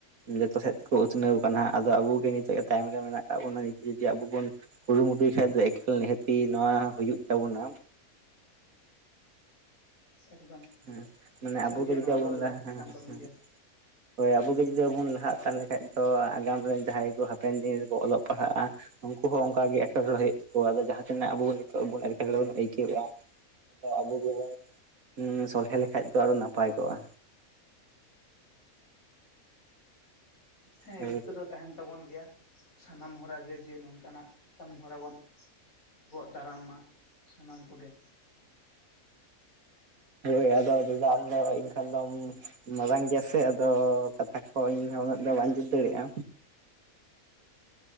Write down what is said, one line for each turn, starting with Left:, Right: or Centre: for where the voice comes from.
Right: ᱡᱚᱛᱚ ᱥᱮᱫ ᱛᱮᱠᱚ ᱩᱛᱱᱟᱹᱣ ᱠᱟᱱᱟ ᱟᱫᱚ ᱟᱵᱚ ᱜᱮ ᱱᱤᱛᱚᱜ ᱛᱟᱭᱚᱢ ᱨᱮ ᱢᱮᱱᱟᱜ ᱠᱟᱜ ᱵᱚᱱᱟ ᱱᱤᱛ ᱡᱩᱫᱤ ᱟᱵᱚ ᱵᱚᱱ ᱠᱩᱨᱩᱢᱩᱴᱩᱭ ᱠᱷᱟᱱᱡ ᱫᱚ ᱮᱞ ᱱᱤᱦᱟᱹᱛᱤ ᱱᱚᱣᱟ ᱦᱩᱭᱩᱜ ᱛᱟᱵᱚᱱᱟ᱾
Left: ᱮᱠᱫᱚᱢ
Right: ᱦᱮᱸ ᱢᱟᱱᱮ
Left: ᱥᱟᱹᱨᱤᱜᱮ
Right: ᱟᱵᱚ ᱜᱮ ᱡᱩᱫᱤ
Left: ᱱᱚᱣᱟ
Right: ᱟᱵᱚᱱ
Left: ᱫᱚ ᱞᱟᱹᱠᱛᱤ
Right: ᱞᱟᱦᱟᱜᱼᱟ᱾
Left: ᱠᱟᱱ ᱛᱟᱵᱚᱱ ᱜᱮᱭᱟ
Right: ᱦᱳᱭ ᱟᱵᱚ ᱜᱮ ᱡᱩᱫᱤ ᱵᱟᱵᱚᱱ ᱞᱟᱦᱟᱜᱼᱟ, ᱛᱟᱦᱚᱞᱮ ᱠᱷᱟᱱ ᱫᱚ ᱟᱜᱟᱢ ᱨᱮᱱ ᱡᱟᱦᱟᱸᱭ ᱠᱚ ᱦᱟᱯᱮᱱ ᱫᱤᱱ ᱨᱮᱠᱚ ᱚᱞᱚᱜ ᱯᱟᱲᱦᱟᱜᱼᱟ᱾ ᱩᱱᱠᱩ ᱦᱚᱸ ᱚᱱᱠᱟ ᱜᱮ ᱮᱴᱠᱮ-ᱴᱚᱬᱮ ᱦᱩᱭᱩᱜ ᱛᱟᱠᱚᱣᱟ᱾ ᱟᱫᱚ ᱡᱟᱦᱟᱸ ᱛᱤᱱᱟᱹᱜ ᱟᱵᱚᱵᱚᱱ ᱱᱤᱛᱚᱜ ᱵᱚᱱ ᱮᱴᱠᱮᱴᱚᱬᱮ ᱵᱚᱱ ᱟᱹᱭᱠᱟᱹᱣᱮᱫᱼᱟ᱾ ᱟᱵᱚ ᱜᱮᱵᱚᱱ ᱥᱚᱞᱦᱮ ᱞᱮᱠᱷᱟᱡ ᱫᱚ ᱟᱨ ᱱᱟᱯᱟᱭ ᱠᱚᱜᱼᱟ᱾
Left: ᱦᱮᱸ
Right: ᱦᱳᱭ
Left: ᱨᱤᱠᱟᱹ ᱫᱚ ᱛᱟᱦᱮᱱ ᱛᱟᱵᱚᱱ ᱜᱮᱭᱟ᱾ ᱥᱟᱱᱟᱢ ᱦᱚᱲᱟᱜ ᱜᱮ ᱡᱮ ᱱᱚᱝᱠᱟᱱᱟᱜ ᱠᱟᱹᱢᱤ ᱦᱚᱨᱟ ᱵᱚᱱ ᱜᱚᱜ ᱫᱟᱨᱟᱢ ᱢᱟ ᱥᱟᱱᱟᱢ ᱠᱚᱜᱮ
Right: <inaudible> ᱦᱳᱭ ᱟᱫᱚ ᱫᱟᱫᱟ ᱟᱢ ᱫᱚ ᱤᱧ ᱠᱷᱟᱱ ᱫᱚᱢ ᱢᱟᱨᱟᱝ ᱜᱮᱭᱟ ᱥᱮ ᱟᱫᱚ ᱠᱟᱛᱷᱟ ᱦᱳᱭ, ᱤᱧ ᱫᱚ ᱦᱟᱜ ᱩᱱᱟᱹᱜ ᱫᱚ ᱵᱟᱹᱧ ᱡᱩᱛ ᱫᱟᱲᱮᱜᱼᱟ᱾